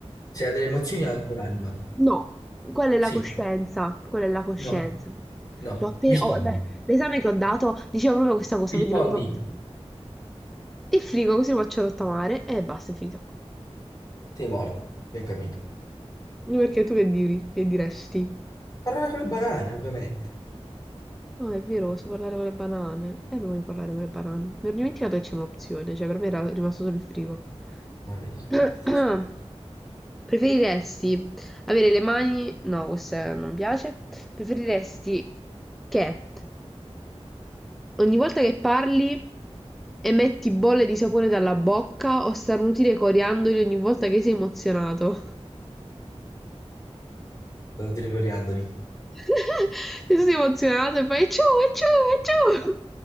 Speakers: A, on the left (about 35°); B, in the centre.
A: Se ha delle emozioni ha anche un'anima.
B: No, quella è la
A: Sì.
B: coscienza, quella è la coscienza.
A: No. No.
B: L'ho appena...
A: Rispondi.
B: oh, beh, l'esame che ho dato diceva proprio questa cosa,
A: Rispondi.
B: quindi non mi posso dire. Li frigo così lo faccio rottamare e basta, è finita qua.
A: Sei morto. Abbiamo capito.
B: Perché tu che diri? Che diresti?
A: Parlare con le banane, ovviamente.
B: No, è vero, posso parlare con le banane. E eh, voglio parlare con le banane. Mi ero dimenticato che c'è un'opzione, cioè per me era rimasto solo il frigo.
A: Ma vedi queste.
B: <clears throat> <coughs> Preferiresti avere le mani... No, questa non piace. Preferiresti che ogni volta che parli emetti bolle di sapone dalla bocca o starnutire coriandoli ogni volta che sei emozionato?
A: Sono tiri coriandoli.
B: <laughs> Sei emozionato e fai ciu, è ciu,